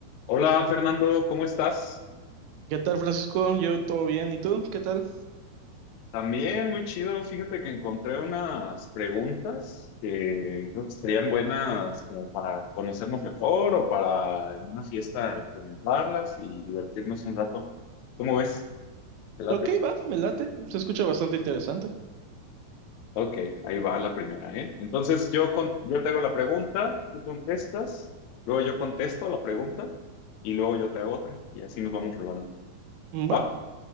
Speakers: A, on the left; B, on the right.
A: Hola Fernando, ¿cómo estás?
B: ¿Qué tal, Francisco? Yo todo bien, ¿y tú? ¿Qué tal?
A: También muy chido. Fíjate que encontré unas preguntas que creo que serían buenas como para conocernos mejor o para en una fiesta implementarlas y divertirnos un rato. ¿Cómo ves? ¿Te late?
B: Ok, va, me late. Se escucha bastante interesante.
A: Ok, ahí va la primera, ¿eh? Entonces yo, con- yo te hago la pregunta, tú contestas, luego yo contesto la pregunta y luego yo te hago otra y así nos vamos rolando.
B: Mm, Va,
A: ¿Va?